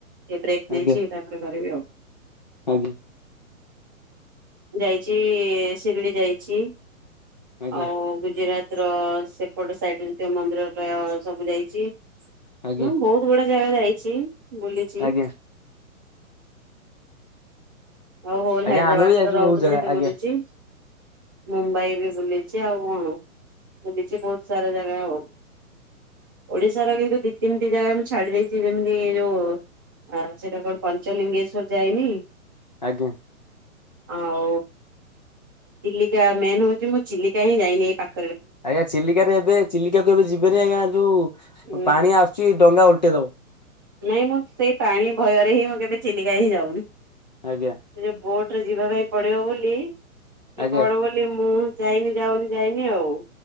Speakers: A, on the right; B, on the left.
A: ଏ ବ୍ରେକ୍ ନେଇଛି
B: ଆଜ୍ଞା
A: ତାପରେ କରିବି ଆଉ।
B: ଆଜ୍ଞା।
A: ଯାଇଛି ଶିରିଡି ଯାଇଛି
B: ଆଜ୍ଞା
A: ଆଉ ଗୁଜୁରତର ସେପଟ ସାଇଟର ଯେତେକ ମନ୍ଦିର ଟା ସବୁ ଯାଇଛି ହଁ
B: ଆଜ୍ଞା
A: ବହୁତ କ ଗୁଡେ ଜାଗା ଯାଇଛି, ବୁଲିଛି।
B: ଆଜ୍ଞା
A: ହଉ ହୋଲ ହାଇଦ୍ରାବାଦ
B: ଆଜ୍ଞା ଆମେ ବି ଯାଇଛୁ
A: ତ ରହୁଥିଲି
B: ବହୁତ ଜାଗା
A: ସେଠି
B: ଆଜ୍ଞା
A: ବୁଲିଚି। ମୁମ୍ବାଇ ବି ବୁଲିଛି ଆଉ କଣ ବୁଲିଛି ବହୁତ ସାରା ଜାଗା ଆଉ। ଓଡିଶାର କିନ୍ତୁ ଦି ତିନିଟି ଜାଗା ମୁଁ ଛାଡି ଦେଇଛି ଯେମିତି ଯୋଉ ଆ ସେଇଟା କଣ ପଞ୍ଚଲିଙ୍ଗେଶ୍ଵର ଯାଇନି।
B: ଆଜ୍ଞ।
A: ଆଉ। ଚିଲିକା ମେନ ହଉଛି ମୁଁ ଚିଲିକା ହିଁ ଯାଇନି ଏଇ ପାଖ
B: ଆଜ୍ଞା, ଚିଲିକାରେ ଏବେ ଚିଲିକାକୁ ଏବେ ଯିବେନି। ଆଜ୍ଞା ଯୋଉ
A: ହୁଁ
B: ପାଣି ଆସୁଛି ଡଙ୍ଗା ଉଲଟେଇ ଦବ।
A: ନାଇଁ ମୁଁ ସେଇ ପାଣି ଭୟରେ ହିଁ ମୁଁ କେବେ ଚିଲିକା ହିଁ ଯାଉନି।
B: ଆଜ୍ଞା।
A: ସେ ଯେ ବୋଟରେ ଯିବା ପାଇଁ ପଡିବ ବୋଲି କି
B: ଆଜ୍ଞା
A: କଣ ବୋଲି ମୁଁ ଯାଇନି ଯାଉନି ଯାଇନି ଆଉ।